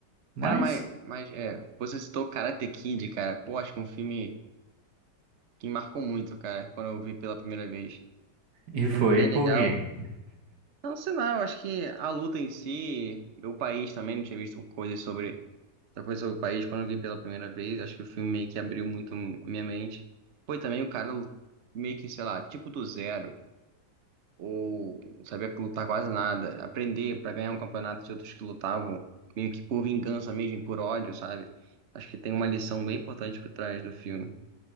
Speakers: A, on the right; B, on the right.
A: Mas,
B: Cara, mas, mas é, você citou Karate Kid, cara. Pô, acho que é um filme que me marcou muito, cara, quando eu vi pela primeira vez.
A: e
B: Filme
A: foi
B: bem
A: por
B: legal.
A: quê?
B: Não sei lá, eu acho que a luta em si, meu país também, não tinha visto coisas sobre, outra coisa sobre o país quando eu vi pela primeira vez, acho que o filme meio que abriu muito a minha mente. Foi também o cara meio que, sei lá, tipo do zero, ou não sabia lutar quase nada, aprender pra ganhar um campeonato de outros que lutavam, meio que por vingança mesmo, por ódio, sabe? Acho que tem uma lição bem importante por trás do filme.